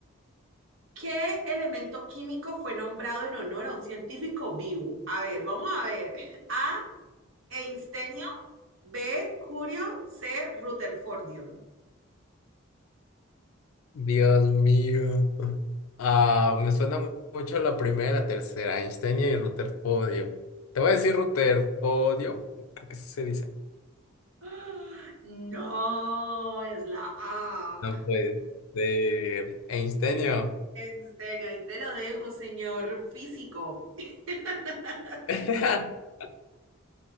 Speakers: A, on the right (about 70°); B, on the left (about 80°).
A: ¿qué elemento químico fue nombrado en honor a un científico vivo? A ver, vamos a ver. <laughs> A, einstenio, B, curio, C, rutherfordio.
B: Dios mío. Ah, me suena mu- mucho la primera y la tercera, Einstein y Rutherfordio. Te voy a decir Rutherfordio, creo que sí se dice.
A: ¡Ah! No, es la A.
B: No puede ser. Einsteinio.
A: En serio, ahí te lo dejo, señor físico. <laughs>
B: <laughs>